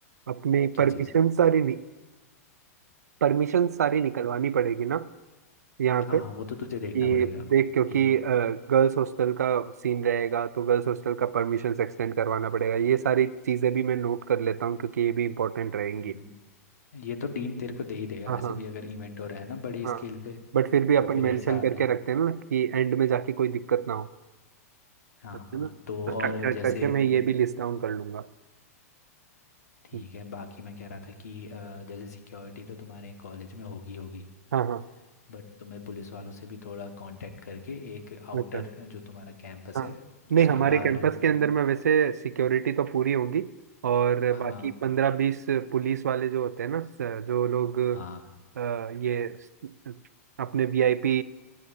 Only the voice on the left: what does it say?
क्या
चीज़
हाँ
हाँ वो तो तुझे देखना
पड़ेगा
कि
हम्म, ये तो डीन तेरे को दे ही देगा
वैसे
भी अगर इवेंट हो रहा है ना बड़े
स्केल पे
तो फिर
सारी
हाँ
हाँ
तो और
जैसे
तूने
ठीक
है बाकी मैं कह रहा था कि अ, जैसे सिक्योरिटी तो तुम्हारे कॉलेज में होगी होगी
बट तुम्हें पुलिस वालों से भी थोड़ा कांटेक्ट करके एक आउटर
जो तुम्हारा कैंपस
है
उसके
बाहर
तुम्हें
हाँ
हाँ